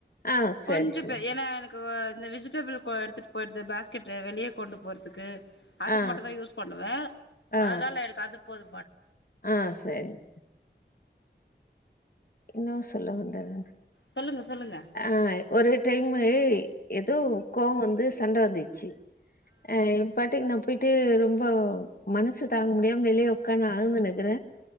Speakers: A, on the left; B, on the left.
A: ஆ சரி
B: கொஞ்சு
A: சரி
B: பெ எனா எனக்கு க்கு இந்த வெஜிடபிள் கோ எடுத்துட்டு போயிடுது பேஸ்கெட்டு வெளியே கொண்டு போகுறதுக்கு அதுக்கு
A: ஆ
B: மட்டுதா யூஸ் பண்ணுவே
A: ஆ
B: அதனால எனக்கு அது போது
A: ஆ செரி ச இன்னு சொல்ல வந்தே நானு
B: சொல்லுங்க சொல்லுங்க
A: ஆ ஒரு டைமு ஏதோ கோவோ வந்து சண்ட வந்துச்சு ஆ ஏ பாட்டுக்கு நா போயிட்டு ரொம்ப மனசு தாங்க முடியாம வெளியே உக்கான்னு அழுந்துனு நிக்கிற